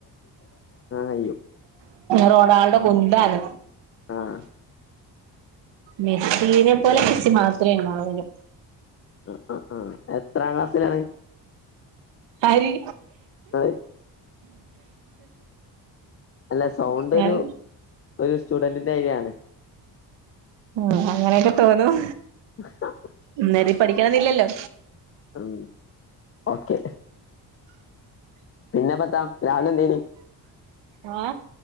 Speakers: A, on the left; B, on the right.
A: കഴിയും
B: റൊണാൾഡോ കുന്താണ്.
A: ആഹ്
B: മെസ്സീനെ പോലെ മെസ്സി മാത്രേ ഉണ്ടാവുള്ളു.
A: അ അ അ. എത്രാം ക്ലാസ്സിലാണ്?
B: ആര്?
A: ങ്ങള്. അല്ല സൗണ്ട്
B: ഞാൻ
A: ഒരു ഒരു സ്റ്റുഡന്റിന്റായിരാണ്.
B: ഉം തോന്നും.
A: ഹ ഹ
B: ഇന്നേരി പഠിക്കണെന്നില്ലല്ലോ.
A: ഉം. ഓക്കെ. പിന്നെപ്പത്താ രാവിലെന്തേനി?
B: ആഹ്.